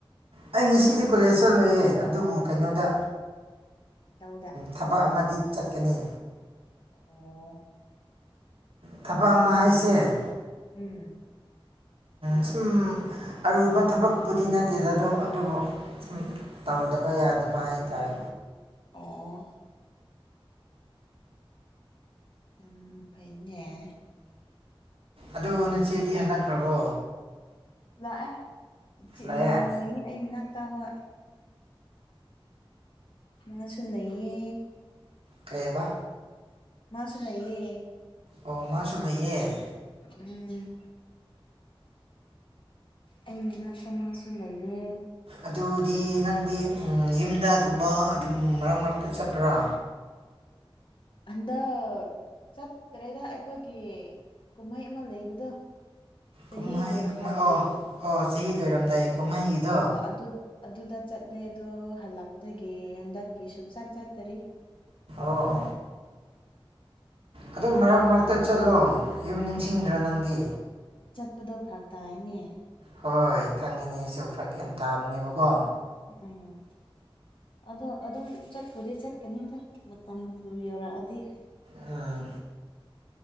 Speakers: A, on the right (about 80°); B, on the left (about 65°).
A: ꯑꯩ ꯉꯁꯤꯗꯤ ꯀꯣꯂꯦꯖ ꯆꯠꯂꯣꯏꯌꯦ ꯑꯗꯨꯕꯨ ꯀꯩꯅꯣꯗ
B: ꯂꯧꯎꯗ
A: ꯊꯕꯛ ꯑꯃꯗꯤ ꯆꯠꯀꯅꯤ
B: ꯑꯣ
A: ꯊꯕꯛ ꯑꯃ
B: ꯌꯥꯝ ꯐꯩꯀꯣ
A: ꯍꯥꯏꯁꯦ
B: ꯎꯝ
A: ꯁꯨꯝ ꯑꯔꯨꯕ ꯊꯕꯛꯄꯨꯗꯤ ꯅꯠꯇꯦꯗ ꯑꯗꯨꯕꯨ ꯁꯨꯝ ꯇꯧꯗꯕ ꯌꯥꯗꯕ ꯍꯥꯏꯇꯥꯔꯦ
B: ꯑꯣ ꯎꯝ ꯐꯩꯅꯦ
A: ꯑꯗꯨ ꯅꯆꯦꯗꯤ ꯍꯜꯂꯛꯈ꯭ꯔꯕꯣ
B: ꯂꯥꯛꯑꯦ ꯏꯆ
A: ꯂꯥꯛꯑꯦ
B: ꯂꯩꯌꯦ ꯑꯩ ꯃꯅꯥꯛꯇ ꯍꯣꯢ ꯃꯥꯁꯨ ꯂꯩꯌꯦ
A: ꯀꯩ ꯍꯥꯏꯕ
B: ꯃꯥꯁꯨ ꯂꯩꯌꯦ
A: ꯑꯣ ꯃꯥꯁꯨ ꯂꯩꯌꯦ
B: ꯎꯝ ꯑꯩ ꯃꯅꯥꯛꯇꯃꯁꯨ ꯂꯩꯌꯦ
A: ꯑꯗꯨꯗꯤ ꯅꯪꯗꯤ ꯌꯨꯝꯗꯒꯨꯝꯕ ꯑꯗꯨꯝ ꯃꯔꯛ ꯃꯔꯛꯇ ꯆꯠꯄ꯭ꯔꯥ
B: ꯍꯟꯗꯛ ꯆꯠꯇ꯭ꯔꯦꯗ ꯑꯩꯈꯣꯏꯒꯤ ꯀꯨꯝꯍꯩ ꯑꯃ ꯂꯩꯕꯗꯣ ꯆꯍꯤ
A: ꯀꯨꯝꯍꯩ
B: ꯂꯣꯏꯔꯝꯗꯥꯏꯒꯤ
A: ꯀꯨꯝꯍꯩ ꯑꯣ ꯑꯣ ꯆꯍꯤ ꯂꯣꯏꯔꯝꯗꯥꯏ ꯀꯨꯝꯍꯩꯒꯤꯗꯣ
B: ꯑ ꯑꯗꯨ ꯑꯗꯨꯗ ꯆꯠꯂꯦ ꯑꯗꯣ ꯍꯜꯂꯛꯄꯗꯒꯤ ꯍꯟꯗꯛꯀꯤ ꯁꯨꯡꯆꯠ ꯆꯠꯇꯔꯤ
A: ꯑꯥ ꯑꯗꯨꯝ ꯃꯔꯛ ꯃꯔꯛꯇ ꯆꯠꯂꯣ ꯌꯨꯝ ꯅꯤꯡꯁꯤꯡꯗ꯭ꯔꯥ ꯅꯪꯗꯤ
B: ꯆꯠꯄꯗꯣ ꯐꯔꯥꯛ ꯇꯥꯏꯅꯦ
A: ꯍꯣꯏ ꯈꯪꯉꯤꯅꯦꯁꯨ ꯐꯔꯛ ꯌꯥꯝ ꯇꯥꯕꯅꯦꯕꯀꯣ
B: ꯎꯝ ꯑꯗꯣ ꯑꯗꯨꯝ ꯆꯠꯄꯗꯤ ꯆꯠꯀꯅꯤꯗ ꯃꯇꯝꯕꯨ ꯌꯧꯔꯛꯑꯗꯤ
A: ꯑꯥ